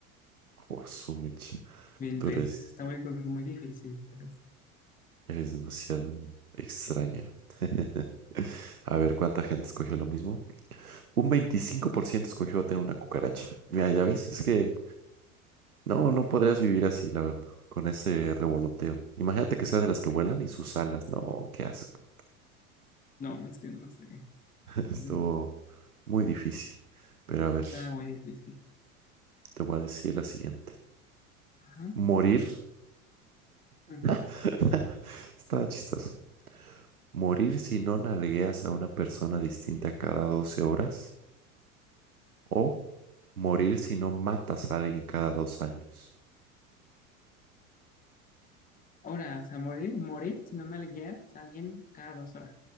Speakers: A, on the right (about 85°); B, on the left (about 20°).
A: oh, su mecha,
B: mil
A: tú
B: veces.
A: eres,
B: Está muy, muy difícil, pero sí.
A: eres demasiado extraña. <laughs> A ver, ¿cuánta gente escogió lo mismo? Un 25% escogió tener una cucaracha. Mira, ya ves, es que No, no podrías vivir así, la verdad, con ese revoloteo. Imagínate que sea de las que vuelan y sus alas. No, qué asco.
B: No, es que no sé.
A: <laughs> Estuvo
B: Mm,
A: muy difícil. Pero a ver,
B: Está muy difícil.
A: te voy a decir la siguiente.
B: Ajá.
A: Morir.
B: Mm.
A: <laughs> Está chistoso. Morir si no nalgueas a una persona distinta cada 12 horas. O morir si no matas a alguien cada dos años.
B: Ahora, o sea, morir, morir si no nalgueas a alguien cada dos horas.